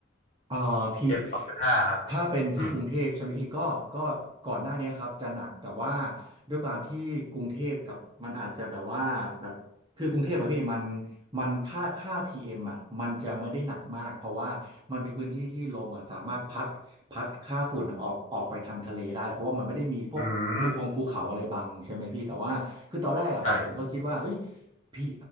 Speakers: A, on the right; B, on the left.
A: เอ่อพี่
B: พีเอ็มสองจุดห้าครับ
A: ถ้าเป็นที่กรุงเทพใช่ไหมพี่ก็ก็ก่อนหน้านี้ครับจะหนักแต่ว่า
B: อืม
A: ด้วยความที่กรุงเทพกับมันอาจจะแบบว่าแบบคือกรุงเทพอะพี่มันมันค่าค่าพีเอ่ะมันจะไม่ได้หนักมากเพราะว่ามันเป็นพื้นที่ที่ลมอะสามารถพัดพัดค่าฝุ่นออกออกไปทางทะเลได้เพราะว่ามันไม่ได้มีพวกภูคงภูเขาอะไรบังใช่ไหมพี่แต่ว่าคือตอนแรกอ่ะผมผมก็คิดว่าเฮ้ย
B: อืมใช่
A: พี่